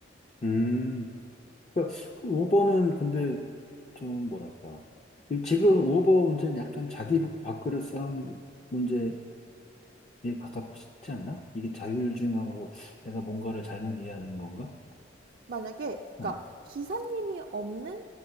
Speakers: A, on the left (about 35°); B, on the right (about 50°).
A: 음. 그러니까 그 우버는 근데 좀 뭐랄까. 지금 우버 문제는 약간 자기 밥그릇 싸움 문제 이게 가깝지 않나? 이게 자율주행하고 내가 뭔가를 잘못 이해하는 건가?
B: 만약에
A: 어.
B: 그러니까 기사님이 없는